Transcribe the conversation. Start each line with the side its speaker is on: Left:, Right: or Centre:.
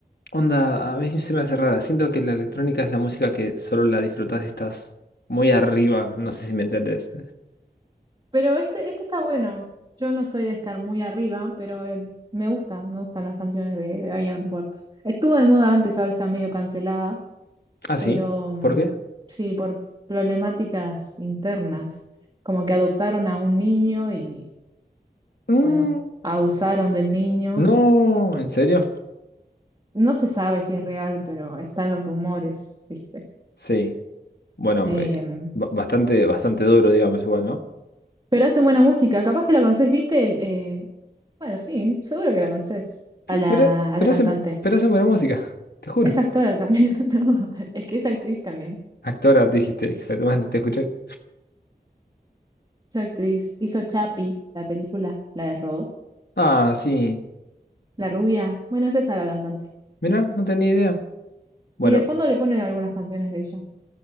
Left: onda, a mí se me hace rara. Siento que la electrónica es la música que solo la disfrutas si estás muy arriba. No sé si me entendés.
Right: Pero este, este está bueno. Yo no soy de estar muy arriba, pero eh, me gusta, me gustan las canciones de, de Die Antwoord. Estuvo de moda antes, ahora está medio cancelada,
Left: ¿Ah,
Right: pero
Left: sí?
Right: mm,
Left: ¿Por qué?
Right: sí, por problemáticas internas, como que adoptaron a un niño y,
Left: Mm,
Right: bueno, abusaron del niño
Left: no, ¿en serio?
Right: no se sabe si es real, pero están los rumores, ¿viste?
Left: Sí. Bueno,
Right: Em,
Left: eh, ba- bastante, bastante duro, digamos, igual, ¿no?
Right: pero hacen buena música. Capaz que la conocés, ¿viste? El, eh, bueno, sí, seguro que la conocés.
Left: Pe-
Right: A la,
Left: Pero,
Right: a
Left: pero
Right: la cantante.
Left: hacen, pero hacen buena música, te juro.
Right: Es actora también. <laughs> ¿no? Es que es actriz también.
Left: Actora, dijiste, hija de te escuché.
Right: Es actriz. Hizo Chapi la película, la del robot.
Left: Ah, sí.
Right: La rubia. Bueno, es esa la cantante.
Left: Mira, no tenía idea. Bueno,
Right: Y de fondo le ponen algunas canciones de ella.